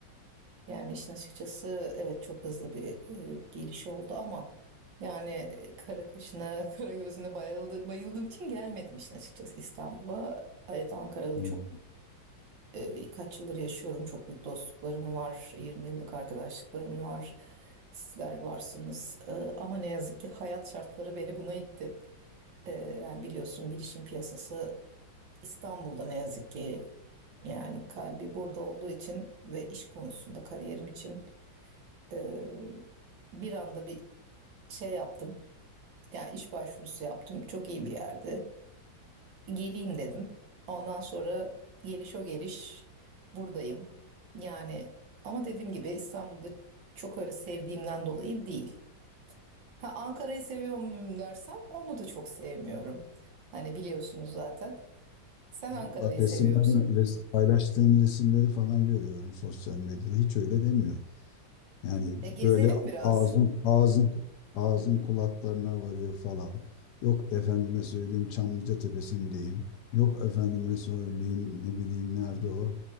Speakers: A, on the right (about 75°); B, on the left (about 70°).
A: Yani işin açıkçası evet çok hızlı bir e, geliş oldu ama yani e, kara kaşına, <laughs> kara gözüne bayıldı, bayıldığım için gelmedim işin açıkçası İstanbul'a. Evet Ankara'da
B: Hmm.
A: çok e, kaç yıldır yaşıyorum. Çok büyük dostluklarım var. 20 yıllık arkadaşlıklarım var. Sizler varsınız. E, ama ne yazık ki hayat şartları beni buna itti. E, yani biliyorsun bilişim piyasası İstanbul'da ne yazık ki yani kalbi burada olduğu için ve iş konusunda kariyerim için ee, bir anda bir şey yaptım. Yani iş başvurusu yaptım. Çok iyi bir yerde. Geleyim dedim. Ondan sonra geliş o geliş buradayım. Yani ama dediğim gibi İstanbul'da çok öyle sevdiğimden dolayı değil. Ha Ankara'yı seviyor muyum dersen onu da çok sevmiyorum. Hani biliyorsunuz zaten. Sen Ankara'yı
B: Ama bak resimler,
A: seviyor musun?
B: resim, paylaştığın resimleri falan görüyorum sosyal medyada. Hiç öyle demiyor. Yani
A: E gezelim
B: böyle
A: biraz.
B: ağzın ağzın ağzın kulaklarına varıyor falan. Yok efendime söyleyeyim Çamlıca Tepesi'ndeyim. Yok efendime söyleyeyim ne bileyim nerede o